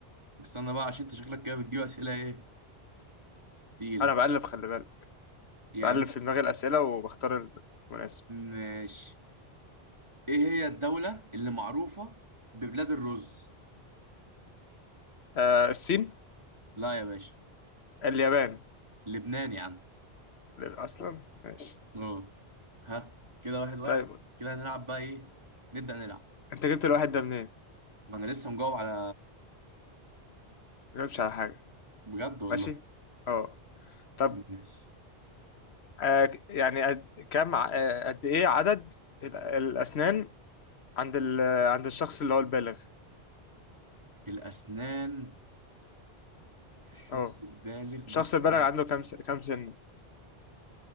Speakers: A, on the right; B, on the left.
A: استنى بقى عشان انت شكلك كده بتجيب اسئلة ايه تقيلة
B: انا بقلب خلي بالك
A: يا
B: بقلب
A: عم
B: في دماغي الاسئله وبختار المناسب
A: ماشي ايه هي الدولة اللي معروفة ببلاد الرز؟
B: آه الصين
A: لا يا باشا
B: اليابان
A: لبنان يا عم
B: اصلا ماشي
A: اه ها كده واحد واحد
B: طيب
A: كده هنلعب بقى ايه نبدأ نلعب
B: انت جبت الواحد ده منين
A: ما انا لسه مجاوب على
B: ما جبتش على حاجه
A: بجد والله
B: ماشي اه طب
A: ماشي
B: آه يعني قد كم ع- آه، قد ايه عدد ال- الاسنان عند ال... عند الشخص اللي هو البالغ
A: الأسنان في الشخص
B: اه
A: البالغ بص
B: الشخص البالغ
A: يا عم
B: عنده كم س... كم سنه